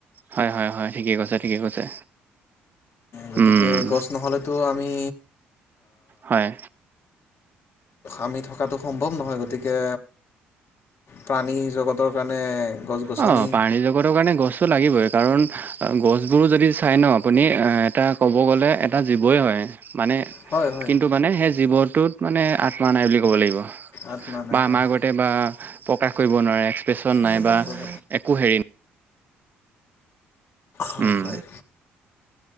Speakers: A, on the right; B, on the left.
A: হয় হয় হয় ঠিকে কৈছে ঠিকে কৈছে।
B: গতিকে
A: উম
B: গছ নহলেতো আমি।
A: হয়।
B: আমি থকাটো সম্ভৱ নহয় গতিকে। প্ৰাণী জগতৰ কাৰণে। গছ গছনি
A: অ প্ৰাণী জগতৰ কাৰণে গছটো লাগিবই কাৰণ। গছ বোৰো যদি চাই ন আপুনি এটা ক'ব গ'লে এটা জীৱই হয়। মানে
B: হয় হয়
A: কিন্তু মানে সেই জীৱটোত মানে আত্মা নাই বুলি ক'ব লাগিব।
B: আত্মা নাই
A: বা
B: হয়
A: আমাৰ আগতে বা প্ৰকাশ কৰিব নোৱাৰে এক্সপ্ৰেচন নাই
B: প্ৰকাশ
A: বা।
B: কৰিব
A: একো হেৰি।
B: হয়
A: উম।
B: হয়